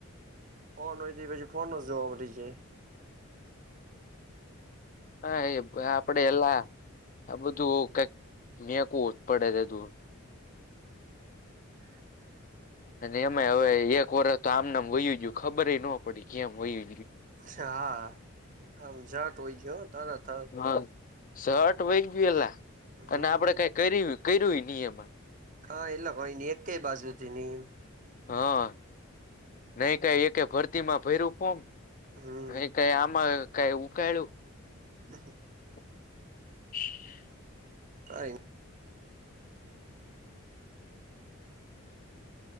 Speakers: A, on the right; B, on the left.
A: ફોન હોય ત પછી ફોન જોવામલી જાય
B: હા એ આપડે એલા આ બધું કક મેવેક જ પડે છે દૂર
A: <inaudible>
B: અને એમે હવે એક વરષ તો આમનેમ વયુ ગયુ ખબર ન પડી કેમ વયુ
A: હા આ જાટ હોય છે હો તરત.
B: હા શર્ટ વહી ગયલા
A: હમ
B: અને આપડે કઈ કર કર્યું નિયમન.
A: હા એટલે કોય નહ એકય બાજુથી નહી એમ.
B: હા, નઈ કઈ એક ભરતી માં ફર્યું ફોર્મ?
A: હમ
B: હ કઈ આમાં કઈ ઉકાયળુ
A: હ
B: <inaudible>
A: કાઈ